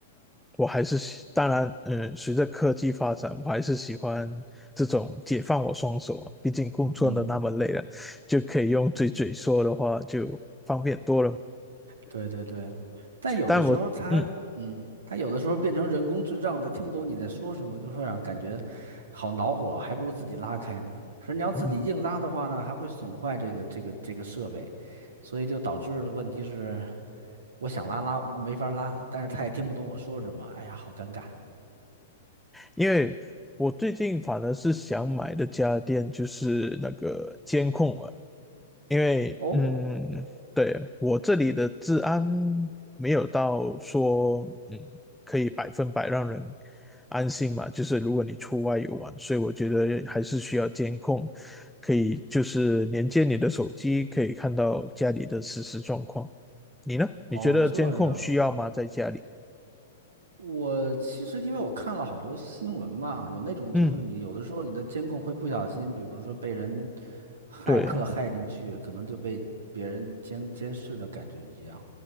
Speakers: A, in the centre; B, on the right.
A: 我还是喜，当然，嗯，随着科技发展，我还是喜欢这种解放我双手啊。毕竟工作的那么累了，
B: 嗯嗯，
A: 就可以用嘴嘴说的话就方便多了。
B: 对对对。但有的时候它，
A: 但我，嗯
B: 嗯，它有的时候变成人工智障它听不懂你在说什么，就会让感觉好恼火，还不如自己拉开呢。可是你要自己硬拉的话呢，
A: 嗯，
B: 还会损坏这个这个这个设备，所以就导致问题是。我想拉拉没法拉，但是他也听不懂我说什么，哎呀，好尴尬。
A: 因为我最近反而是想买的家电就是那个监控啊，因为嗯，
B: 哦，
A: 对，我这里的治安没有到说嗯可以百分百让人安心嘛，就是如果你出外游玩，所以我觉得还是需要监控，可以就是连接你的手机，可以看到家里的实时状况。你呢？
B: 哦，
A: 你觉得监控需要吗？
B: 这样。
A: 在家里？
B: 我其实因为我看了好多新闻嘛，有那种就是你有的时候你的监控会不小心，
A: 嗯，
B: 比如说被人骇客骇进去，
A: 对。
B: 可能就被别人监监视的感觉一样。